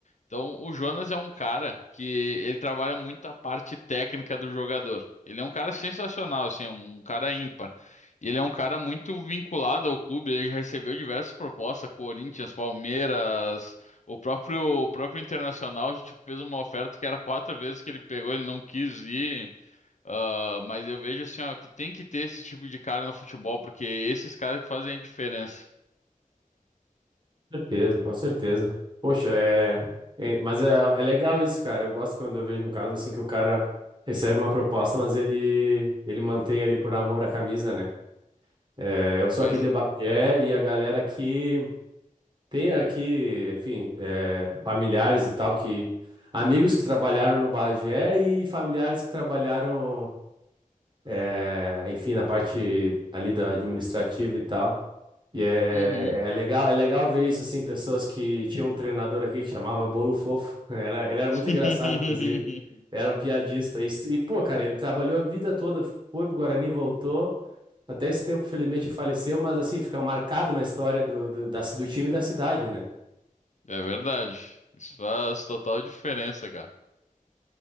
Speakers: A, on the left (about 55°); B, on the right (about 35°).
A: Então, o Jonas é um cara que ele trabalha muito a parte técnica do jogador. Ele é um cara sensacional, assim, é um cara ímpar. E Ele é um cara muito vinculado ao clube, ele já recebeu diversas propostas, Corinthians, Palmeiras, o próprio, o próprio Internacional, tipo, fez uma oferta que era quatro vezes que ele pegou, ele não quis ir. Ah, mas eu vejo assim, ó, que tem que ter esse tipo de cara no futebol, porque esses caras que fazem a diferença.
B: Com certeza, com certeza. Poxa, é... é- Mas é, é legal isso, cara. Eu gosto quando eu vejo um caso assim que o cara recebe uma proposta, mas ele, ele mantém ali por amor à camisa, né? É, eu sou
A: Pois.
B: aqui de Bagé e a galera aqui tem aqui, enfim, é, familiares e tal, que... Amigos que trabalharam no Bagé e familiares que trabalharam, é, enfim, na parte ali da administrativa e tal. E é,
A: Uhum.
B: é legal, é legal ver isso, assim, pessoas que tinham um treinador aqui que chamava Bolo Fofo. <laughs> Ele, Era- Ele era muito
A: <laughs>
B: engraçado, inclusive. Era um piadista. E, e, pô, cara, ele trabalhou a vida toda, foi pro Guarani, voltou. Até esse tempo, felizmente, faleceu, mas assim, fica marcado na história do, do, da, do time e da cidade, né?
A: É verdade. Isso faz total diferença, cara.